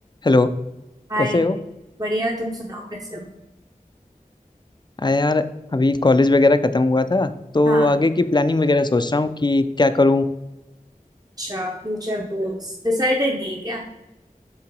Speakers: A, on the left; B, on the right.
A: Hello
B: हाय
A: कैसे हो
B: बढ़िया तुम सुनाओ कैसे हो
A: आ यार अभी कॉलेज वगैरह ख़त्म हुआ था तो
B: हाँ
A: आगे की प्लानिंग वगैरह सोच रहा हूँ कि क्या करूँ
B: अच्छा फ्यूचर गोल्स डिसाइडेड नहीं है क्या